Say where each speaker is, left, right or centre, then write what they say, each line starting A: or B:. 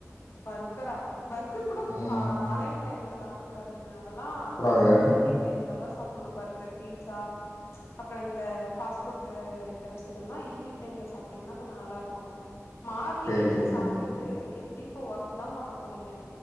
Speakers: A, on the left; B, on the left.
A: பர்கரா பர்கர் கூட
B: ம்
A: காலையில டைம்ல சாப்ட கூடாதுங்க அதெல்லாம்
B: கூடாது
A: ஈவி்னிங் டைம்ல தான் சாப்பணும் பர்கர் பீட்சா அப்பறம் இந்த பாஸ்ட்ஃபுட்டு ஐட்டம்ஸ் இதெல்லாம் ஈவினிங் டைம்ல சாப்ட்டீங்கன்னா கொஞ்சம் நல்லா இருக்கும் மார்னிங்கே
B: சேரி
A: நீங்க
B: சேரிங்க
A: சாப்ட்டுட்டு எப்டி இப்ப ஒர்க் தான் பண்ண போறீங்க